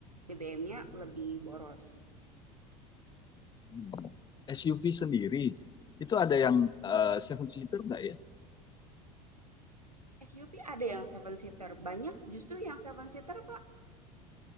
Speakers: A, on the right; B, on the left.
A: BBM-nya lebih boros.
B: hmm. SUV sendiri itu ada yang eh, seven seater nggak ya?
A: SUV ada yang seven seater, banyak justru yang seven seater pak.